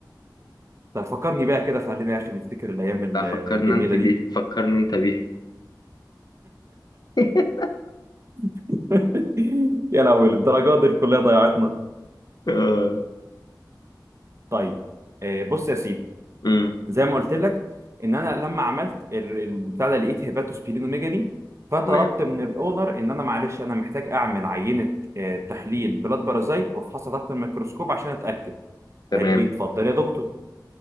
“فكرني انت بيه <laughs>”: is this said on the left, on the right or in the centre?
Left